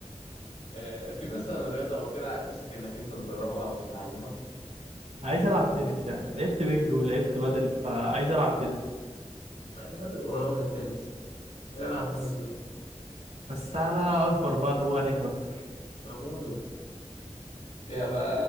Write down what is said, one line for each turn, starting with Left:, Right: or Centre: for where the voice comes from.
Left: آه، في مثلا رياضة أو كده على نفسك إنك أنت تجربها أو تتعلمها
Right: عايز العب تنس يعني لعبت بينج ولعبت بدل فعايز العب تنس
Left: المادة القريبة من التنس العب
Right: بس
Left: تنس بالمرة
Right: بس على اكبر بقى اللي هو نجري اكتر
Left: أنا بقول لك فيها بقى